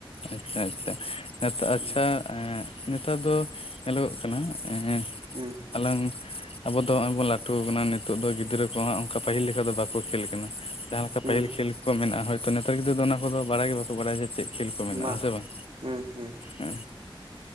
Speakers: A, on the left; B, on the right.
A: ᱟᱪᱪᱷᱟ ᱟᱪᱪᱷᱟ ᱱᱮᱛᱳ
B: ᱦᱮᱸ
A: ᱟᱪᱪᱷᱟ, ᱮᱸ ᱱᱮᱛᱟᱨ ᱫᱚ ᱧᱮᱞᱚᱜᱚᱜ ᱠᱟᱱᱟ ᱮᱸ
B: ᱩᱸ
A: ᱟᱞᱟᱝ ᱟᱵᱚ ᱫᱚ ᱟᱨ ᱵᱚᱱ ᱞᱟᱹᱴᱩ ᱠᱟᱱᱟ ᱱᱤᱛᱚᱜ ᱫᱚ ᱜᱤᱫᱽᱨᱟᱹ ᱠᱚ ᱦᱟᱸᱜ ᱚᱱᱠᱟ ᱯᱟᱹᱦᱤᱞ ᱞᱮᱠᱟ ᱫᱚ ᱵᱟᱠᱚ ᱠᱷᱮᱞ ᱠᱟᱱᱟ᱾ ᱡᱟᱦᱟᱸ ᱞᱮᱠᱟ ᱯᱟᱹᱦᱤᱞ
B: ᱦᱮᱸ
A: ᱠᱷᱮᱞ ᱠᱚ ᱢᱮᱱᱟᱜᱼᱟ ᱦᱳᱭᱛᱚ ᱱᱮᱛᱟᱨ ᱜᱤᱫᱽᱨᱟᱹ ᱫᱚ ᱚᱱᱟ ᱠᱚᱫᱚ ᱵᱟᱲᱟᱭ ᱜᱮ ᱵᱟᱠᱚ ᱵᱟᱲᱟᱭᱟ ᱡᱮ, ᱪᱮᱫ ᱠᱷᱮᱞ ᱠᱚ ᱢᱮᱱᱟᱜᱼᱟ
B: ᱵᱟ
A: ᱦᱮᱸ ᱥᱮ ᱵᱟᱝ
B: ᱦᱩᱸ ᱦᱩᱸ᱾
A: ᱦᱮᱸ